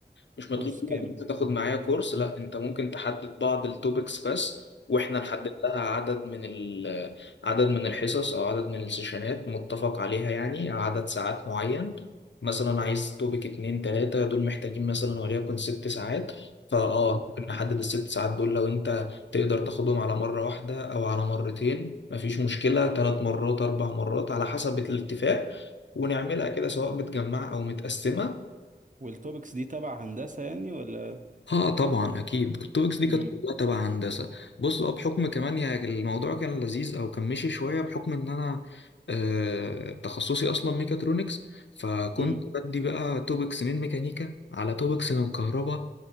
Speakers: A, on the left (about 80°); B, on the right (about 45°).
A: مش مطلوب
B: كورس
A: منك
B: كامل
A: ان انت
B: يعني.
A: تاخد معايا كورس لا انت ممكن تحدد بعض التوبكس بس واحنا نحدد لها عدد من ال عدد من الحصص او عدد من السيشنات متفق عليها يعني او عدد ساعات معين مثلا عايز توبك اتنين تلاتة دول محتاجين مثلا وليكن ست ساعات فاه
B: مم.
A: ممكن نحدد الست ساعات دول لو انت تقدر تاخدهم على مرة واحدة أو على مرتين مفيش مشكلة تلات مرات أربع مرات على حسب الاتفاق ونعملها كده سواء متجمعة أو متقسمة
B: والتوبكس دي تبع هندسة يعني ولا
A: اه طبعا اكيد التوبكس دي كانت
B: امم
A: كلها تبع هندسه بص هو بحكم كمان يعني الموضوع كان لذيذ او كان مشي شويه بحكم ان انا آه تخصصي اصلا ميكاترونكس فكنت
B: امم
A: بدي بقى توبكس من ميكانيكا على توبكس من كهرباء